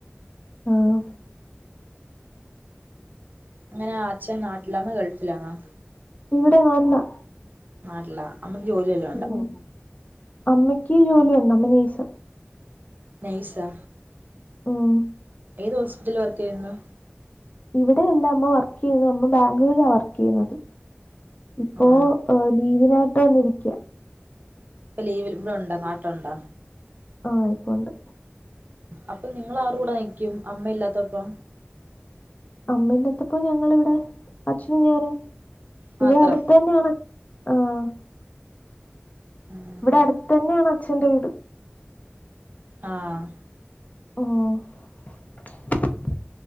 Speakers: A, on the left; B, on the right.
A: ആഹ്
B: അങ്ങനെ അച്ഛൻ നാട്ടിലാന്നാ ഗൾഫിലാന്ന?
A: ഇവിടെ വന്ന
B: നാട്ടില അമ്മക്ക് ജോലിയല്ല
A: ഉം അമ്മയ്ക്ക് ജോലിയൊണ്ട്. അമ്മ നേഴ്സ
B: നൈസ്യ
A: ഉം
B: ഏത് ഹോസ്പിറ്റലിൽ വർക്ക് ചെയ്യുന്നു
A: ഇവിടെല്ല അമ്മ വർക്ക് ചെയ്ന്നത് അമ്മ ബാംഗ്ലൂരാ വർക്ക് ചെയ്യുന്നത്. ഇപ്പോഏഹ്
B: ആ
A: ലീവിനായിട്ട് വന്നിരിക്
B: ഇപ്പൊ ലീവ്ള് ഇവിടെ ഒണ്ട നാട്ടിലൊണ്ട
A: ആഹ് ഇപ്പോണ്ട്
B: അപ്പൊ നിങ്ങള് ആര്ടെ കൂടെ നിക്കും അമ്മയില്ലാത്തപ്പം
A: അമ്മയില്ലാത്തപ്പോ ഞങ്ങള് ഇവിടെ അച്ഛനും ഞാനും
B: മാത്രം
A: ഇവിടെ അടുത്ത തന്നെയാണ് അച് ആഹ്
B: ഉം
A: ഇവിടെ അടുത്ത് തന്നെയാണ് അച്ഛന്റെ വീട്
B: ആഹ്
A: ഓഹ്